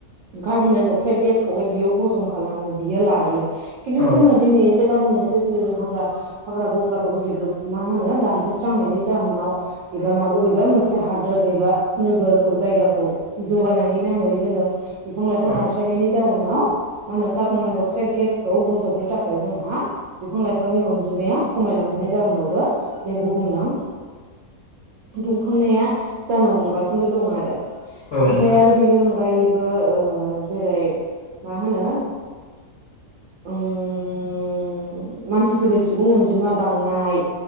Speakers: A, on the right; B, on the left.
A: कार्बन- डाइ -अक्साइद गेसखौहाय बियो हजम खालामो बियो लायो खिन्थु
B: औ
A: जोङो
B: औ
A: दिनै एसे गाबोन एसे जुदि जों हाग्रा हाग्रा बंग्राखौ जुदि मा होनो दानफायस्रांनायनि जाहोनाव एबा मा बबेबा मोनसे हादोर एबा नोगोरखौ जायगाखौ जौगानायनि नामै जोङो बिफां लाइफां
B: औ
A: दानस्रायनायनि जाउनाव मा होनो कार्बन- डाइन -अक्साइड गेसखौ बोजबनो थाखाय जोंहा बिफां लाइफांनि अनजिमाया खमायलांनायनि जाहोनावबो बे बुगुमलां। दुंखांनाया जानो हमगासिनो दं आरो
B: औ
A: ओमफ्राय
B: नोंथां
A: आरो बेनि अनगायै ओ ओ ओ जेरै मा होनो उम--मानसिफोरनि सुबुं अनजिमा बांनाय।